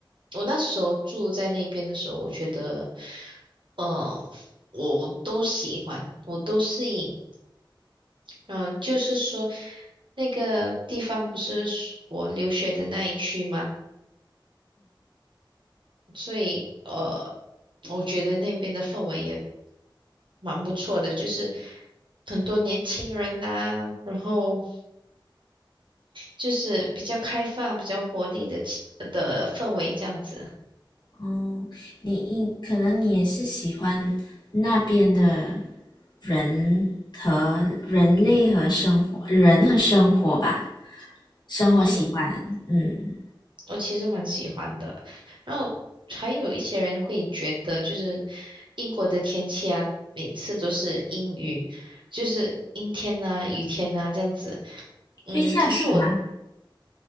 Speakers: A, on the right; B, on the left.
A: 我那时候住在那边的时候，我觉得，呃，我都喜欢，我都适应。嗯、呃就是说那个地方不是我留学的那一区吗？所以呃，我觉得那边的氛围也蛮不错的，就是很多年轻人呐、然后就是比较开放、比较活力的气的氛围这样子。
B: 哦，你你可能你也是喜欢那边的人和人类和生活，人和生活吧，生活习惯。
A: 嗯，
B: 嗯，
A: 我其实蛮喜欢的。然后还有一些人会觉得，就是英国的天气啊，每次都是阴雨，就是阴天呐、雨天呐、这样子。嗯，
B: 会下雪吗？
A: 可是我